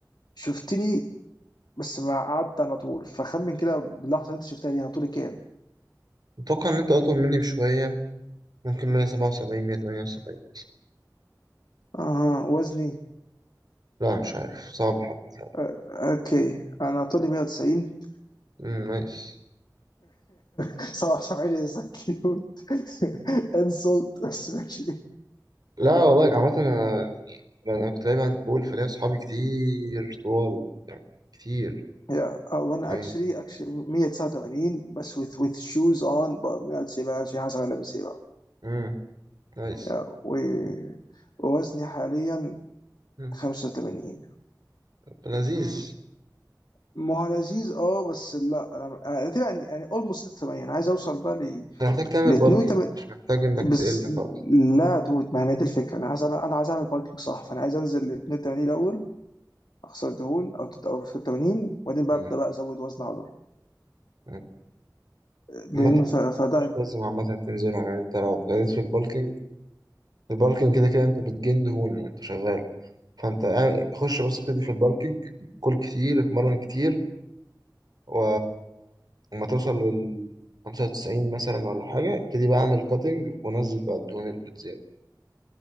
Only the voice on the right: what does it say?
متوقع ان انت اطول مني بشويه ممكن 177 178
لا مش عارف صعب حبة يعني
امم نايس
لا والله عامة انا يعني انا أنا كنت لعيب هاند بول فليا صحابي كتير طوال يعني كتير
يعني
امم نايس
امم
طب لذيذ
انت محتاج تعمل
بالكينج
مش محتاج انك تقل
خالص
امم
أمم.
عامة
لازم عامة تنزلها يعني انت لو ابتديت في البالكينج البالكينج كده كده انت بتجن دهون وانت شغال فانت قاعد- خش بس ابتدي في البالكينج كل كتير اتمرن كتير و... وما توصل لل 95 مثلا ولا حاجة ابتدي بقى اعمل كاتنج ونزل بقى الدهون اللي تزيادة